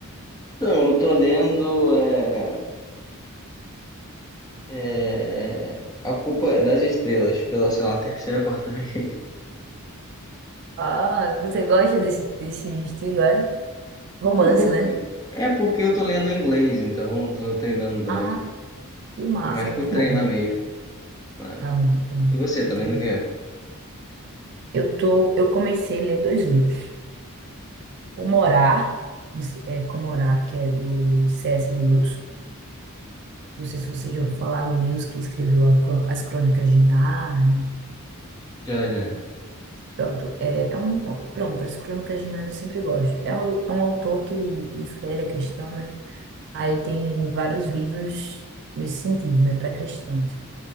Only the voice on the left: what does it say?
Então, eu tô lendo é, é, A Culpa é das Estrelas, pela, sei lá, terceira, quarta <laughs> vez.
Não, porque,
é porque eu tô lendo em inglês, então eu tô treinando também.
Mas
por treinar
mesmo, né?
E você, tá
lendo
o quê?
Já, já.